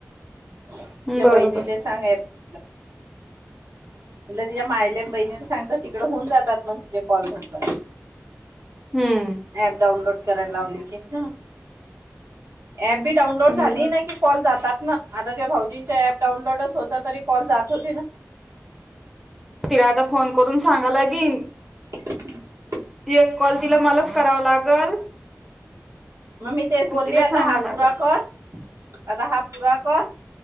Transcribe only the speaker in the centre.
बरोबर
हम्म
हम्म,
बर
तिला आता फोन करून सांगा लागेल.
ते एक कॉल तिला मलाच कराव लागल.
आणि
तिला
सांगा
लागल